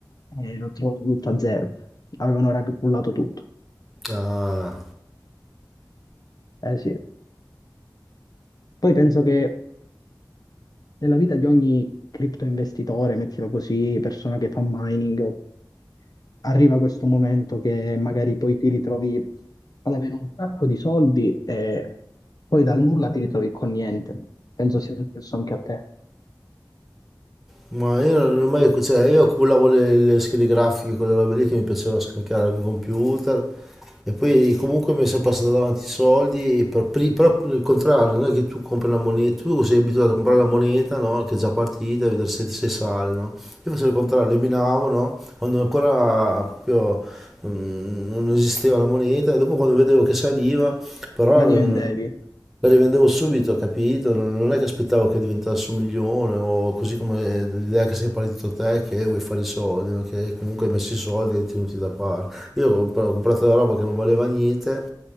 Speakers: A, on the left; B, in the centre.
A: e ho trovato tutto a zero, avevano raggruppato tutto,
B: ah.
A: eh sì. Poi penso che nella vita di ogni cripto investitore, mettilo così, persona che fa mining, arriva questo momento che magari poi ti ritrovi ad avere un sacco di soldi e poi dal nulla ti ritrovi con niente. Penso sia successo anche a te.
B: Ma io non ho mai, cioè io accumulavo le, le schede grafiche, quelle robe lì che mi piaceva scaricare al computer e poi comunque mi è sempre passato davanti i soldi, e per pri- però il contrario, non è che tu compri la moneta, tu sei abituato a comprare la moneta, no? Che è già partita e vedere se, se sale, no? Io facevo il contrario, le minavo, no? Quando ancora proprio mm, non esisteva la moneta e dopo quando vedevo che saliva, però
A: La rivendevi.
B: mm, la rivendevo subito, capito? Non non è che aspettavo che diventasse un milione o così come l'idea che sei partito te che vuoi fare i soldi, no? Che comunque hai messo i soldi e li hai tenuti da parte. Io ho comp- ho comprato la roba che non valeva niente